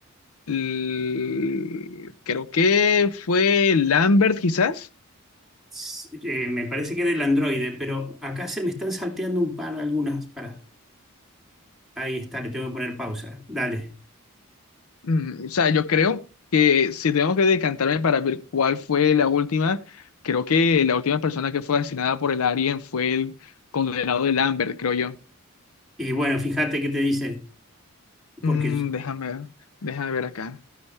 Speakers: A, on the left; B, in the centre.
A: L- Creo que fue Lambert, quizás.
B: s- eh, me parece que era el androide, pero acá se me están salteando un par de algunas. Para, ahí está, le tengo que poner pausa. Dale.
A: Mm, o sea, yo creo que si tengo que decantarme para ver cuál fue la última, creo que la última persona que fue asesinada por el Alien fue el condenado de Lambert, creo yo.
B: Y bueno, fíjate qué te dice, porque,
A: Mm, déjame ver, déjame ver acá.